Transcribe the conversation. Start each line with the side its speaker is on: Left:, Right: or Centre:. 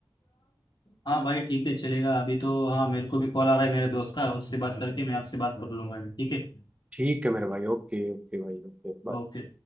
Left: हाँ भाई ठीक है चलेगा अभी तो हाँ मेरे को भी कॉल आ रहा है मेरे दोस्त का उससे बात करके मैं आपसे बात कर लूंगा ठीक है
Right: ठीक है मेरे भाई ओके ओके भाई ओके बाय
Left: ओके